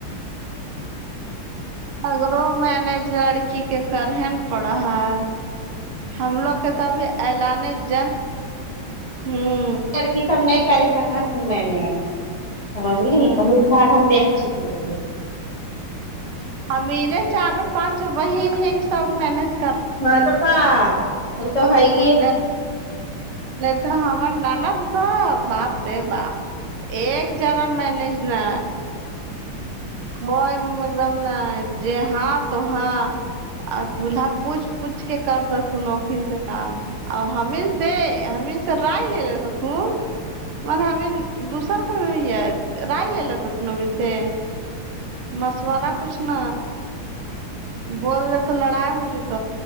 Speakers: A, on the right; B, on the left.
A: اگرو مینج لڑکی کے کرہ ن پڑا ہے ہم لوگ کابھی ایلان جنگ ہوں
B: یہ سب نہیں کرے سک تھن میں نے سمجھلی
A: ہاں
B: بہت گھر ہم دیکھ چک لے
A: ابھی چاروں پانچ بہن ہے کہ سب ماننجے
B: ہاں تو کا ا تو ہے گی
A: نہیں نہیں تو ہمار نانا تو باپ رے باپ ایک جرا مینج نا کوئیم ایک دم ن ج ہاں تو ہاں آ دولہا پوچھ پوچھ کے کرتا س نوکری سے کام اور حمید سے ہممید سے رائے لے رہے تھ تم اور ہمین دوسر کوئی ہوئی ہے رائے لے لاتت ن ہم سے مشورہ کچھ ن بول رہ تو لڑائی ہو جت